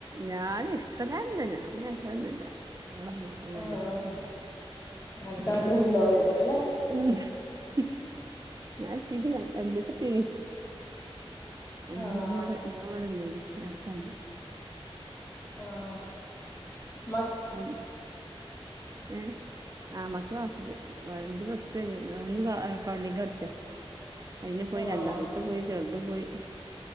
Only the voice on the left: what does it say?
ആഹ്
അനക്ക് ആഗ്രഹം ഉണ്ടാവായിരിക്കും അല്ലെ
ആഹ്
ആഹ് മ
ആഹ്